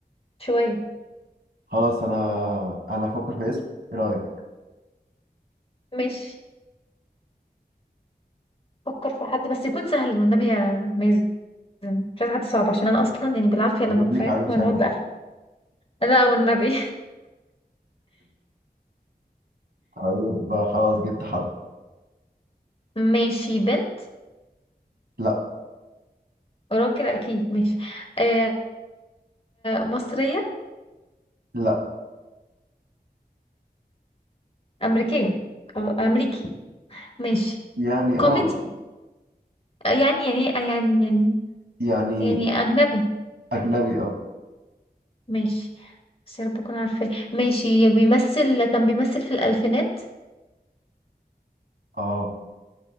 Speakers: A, on the left; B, on the right.
A: شوية
B: خلاص أنا أنا هفكر في اسم إيه رأيك؟
A: ماشي فكر في حد بس يكون سهل والنبي يا مازن مش عايزة حد صعب عشان انا اصلا يعني بالعافية لما
B: جيب
A: بفهم
B: لك عادل
A: ما
B: شكل
A: نقعد بقى لا والنبي
B: طيب آه، خلاص جبت حد
A: <laughs> ماشي بنت
B: لا
A: راجل اكيد ماشي آه آه، مصرية
B: لا
A: امريكية آه، امريكي ماشي
B: يعني اه
A: كوميدي يعني يعني يعني يعني
B: يعني
A: يعني أجنبي
B: أجنبي اه
A: ماشي بس يا رب أكون عارفاه ماشي بيمثل كان بيمثل في الألفينات
B: اه